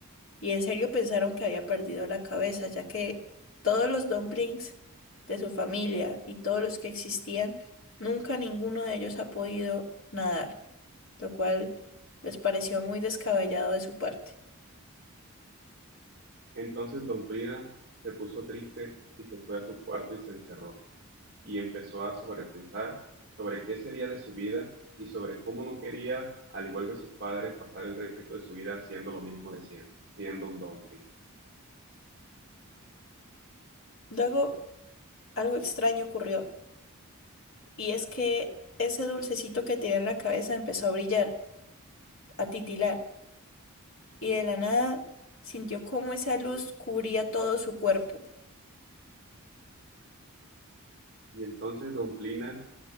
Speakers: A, on the left; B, on the right.
A: y en serio pensaron que había perdido la cabeza, ya que todos los dumplings de su familia y todos los que existían, nunca ninguno de ellos ha podido nadar, lo cual les pareció muy descabellado de su parte.
B: Entonces Domplina se puso triste y se fue a su cuarto y se encerró. y empezó a sobrepensar sobre qué sería de su vida y sobre cómo no quería, al igual que sus padres, pasar el resto de su vida haciendo lo mismo de siempre, siendo un dumpling.
A: Luego algo extraño ocurrió, y es que ese dulcecito que tenía en la cabeza empezó a brillar, a titilar, y de la nada sintió cómo esa luz cubría todo su cuerpo.
B: Y entonces Domplina